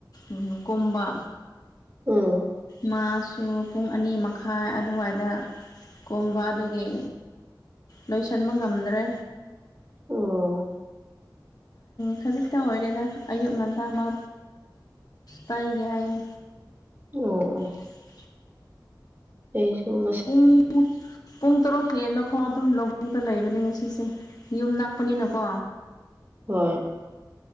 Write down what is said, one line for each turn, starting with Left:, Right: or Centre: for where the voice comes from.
Left: ꯎꯝ ꯀꯝꯕ
Right: ꯎꯝ
Left: ꯃꯥꯁꯨ ꯄꯨꯡ ꯑꯅꯤ ꯃꯈꯥꯏ ꯑꯗꯨꯋꯥꯏꯗ ꯀꯣꯝꯕ ꯑꯗꯨꯒꯤ ꯂꯣꯏꯁꯤꯟꯕ ꯉꯝꯗ꯭ꯔꯦ
Right: ꯑꯣ
Left: ꯈꯖꯤꯛꯇꯪ ꯑꯣꯏꯔꯦꯗ ꯑꯌꯨꯛ ꯉꯟꯇꯥ ꯑꯃ ꯇꯩꯒꯦ ꯍꯥꯏꯌꯦ
Right: ꯑ ꯑ
Left: <inaudible>
Right: ꯑꯩꯁꯨꯨꯝ
Left: ꯄꯨꯡ ꯄꯨꯡ ꯇꯔꯨꯛ ꯍꯦꯟꯕ ꯐꯥꯎ ꯑꯗꯨꯝ ꯂꯧꯕꯨꯛꯇ ꯂꯩꯕꯅꯦ ꯉꯁꯤꯁꯦ ꯌꯨꯝ ꯅꯛꯄꯅꯤꯅꯀꯣ
Right: ꯍꯣꯏ